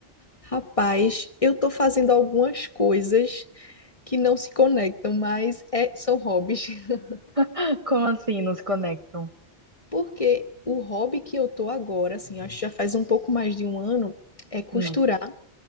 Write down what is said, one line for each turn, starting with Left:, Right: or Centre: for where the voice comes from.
Left: Rapaz, eu tô fazendo algumas coisas que não se conectam, mas é- são hobbies. <laughs>
Right: <laughs> Como assim, Nos conectam?
Left: Porque o hobby que eu tô agora, assim, acho que já faz um pouco mais de um ano, é costurar.
Right: Hum.